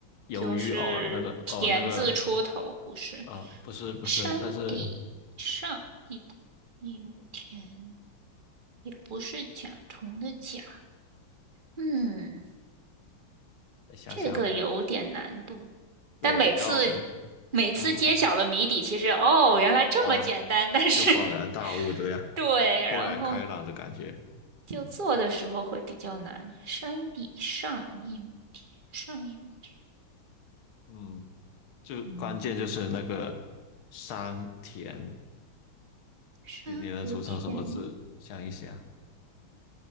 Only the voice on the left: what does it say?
鱿鱼哦，
那个哦那个
呃，不是不是，
但是
再想想，
对，
要
嗯
哦，
就恍然大悟，
对呀、
豁然开朗的感觉。
嗯，就关键就是那个
山田，
你你能组成什么字？想一想，